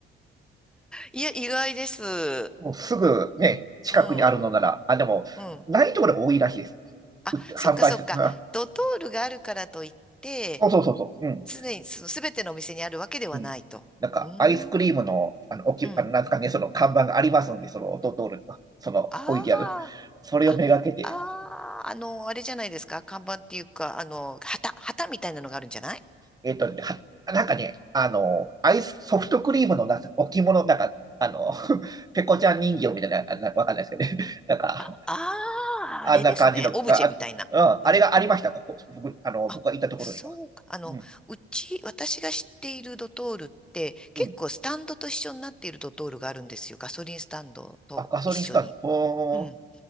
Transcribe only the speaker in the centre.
いや、意外です。う
ん、
うん。
あ、
そっかそっか。
ドトールがあるからといって、
常にその全てのお店にあるわけではないと。
うーん、
うん。
ああ。
あ、あー、あの、あれじゃないですか。看板っていうか、あの、旗、旗みたいなのがあるんじゃない
あ、あー、
あれですね。オブジェみたいな。
うん。
あ、
そうか。あの、
うち、私が知っているドトールって、結構スタンドと一緒になっているドトールがあるんですよ。
ガソリンスタンドと一緒に。
うん。